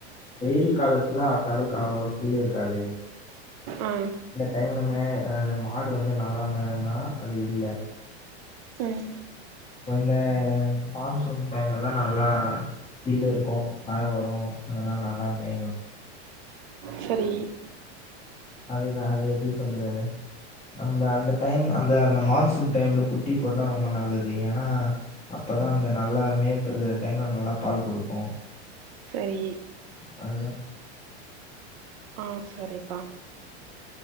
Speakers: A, on the left; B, on the right.
A: வெயில் காலத்துல அந்த அளவுக்கு அவ்ளோ பில்லே இருக்காதே
B: ஆ
A: இந்த டைம் என்மே மாடு வந்து நல்லா மேன்னா அது இல்ல
B: உம்
A: ஹா மான்சூன் டைம்லதா நல்லா பில்லுருக்கு மழ வரு அதனால நல்ல மெய்யு
B: சேரி
A: அது நா அது எப்டி சொல்றது நம்ப அந்த டைம் அந்த அந்த மான்சூன் டைம்ல குட்டி போட்டா ரொம்ப நல்லது ஏனா அப்பதா அந்த நல்லா மேப்புருக்குற டைம்ல நல்லா பால் குடுக்கு
B: சேரி
A: <inaudible>
B: ஆ சேரிப்பா